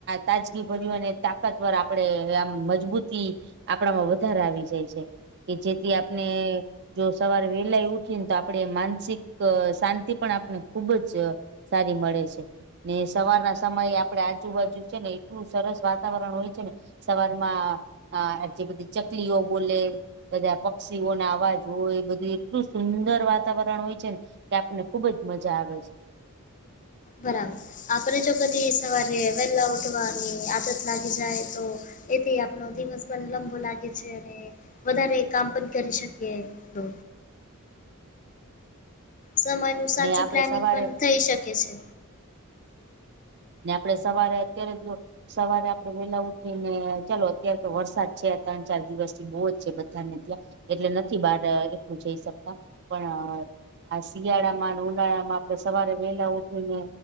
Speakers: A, on the right; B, on the left.
A: તાજગીભર્યું અને તાકાતવર આપડે આમ મજબૂતી આપડામાં <unintelligible> ગર આવી જાય છે કે જેથી આપણે જો સવારે વેલાય ઉઠીને તો આપણે માનસિક શાંતિ પણ આપણે ખુબ જ સારી મળે છે. ને સવાર ના સમયે આપડે આજુબાજુ છે ને એટલું સરસ વાતાવરણ હોય છે ને સવાર માં આ જે બધી ચકલીઓ બોલે બધા પક્ષીઓના અવાજ હોય એ બધું એટલું સુંદર વાતાવરણ હોય છે ને તે આપણને ખુબ જ મજા આવે છે.
B: બરાબર આપડે જો કદી સવારે વેલા ઉઠવાની આદત લાગી જાય તો એથી આપડો દિવસ પણ લંબો લાગે છે અને વધારે કામ પણ કરી શકીએ તો સમયનું સાચું
A: ને આપડે
B: પ્લાનિંગ
A: સવારે
B: પણ થઈ શકે છે.
A: ને આપડે સવારે અત્યારે જો સવારે આપડે વેલા ઉઠી ને ચાલો અત્યારે તો વરસાદ છે ત્રણ ચાર દિવસથી બહુ જ છે બધા ને ત્યાં એટલે નથી બહાર એટલું જઈ શકતા પણ આ શિયાળામાં અને ઉનાળામાં આપણે સવારે વેલા ઉઠીને